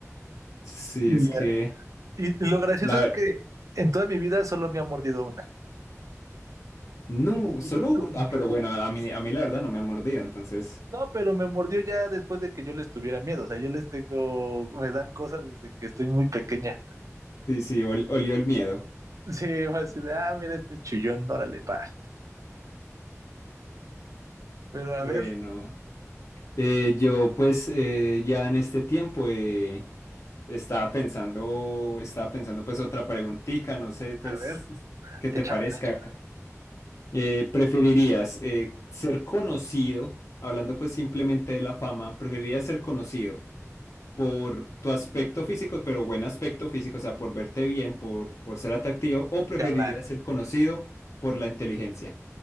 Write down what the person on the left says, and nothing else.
Sí,
es que
la...
No,
solo...
Ah,
pero bueno, a mí, a mí la verdad no me han mordido, entonces
sí, sí, ol- olió el miedo.
Bueno,
eh, yo pues eh, ya en este tiempo eh, estaba pensando, estaba pensando pues otra preguntita, no sé pues
qué te
parezca.
Eh, ¿preferirías eh, ser conocido, hablando pues simplemente de la fama, preferirías ser conocido? por tu aspecto físico, pero buen aspecto físico, o sea, por verte bien, por, por ser atractivo, o preferirías
ser conocido por la inteligencia.